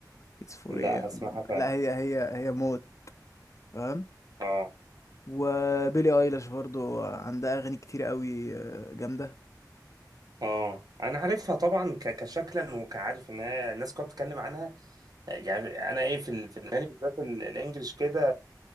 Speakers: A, on the left (about 45°); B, on the right (about 60°).
A: اتس فور
B: لا
A: ايه يا
B: هسمعها
A: عم؟
B: فعلا
A: لا هي هي هي موت فاهم
B: اه
A: وبيلي ايلاش برضو عندها اغاني كتير قوي آه، جامدة
B: اه انا عارفها طبعا ك... كشكلا وكعارف ان هي الناس كلها بتتكلم عنها يعني انا ايه في ال... في الاغاني بالذات ال- الانجليش كده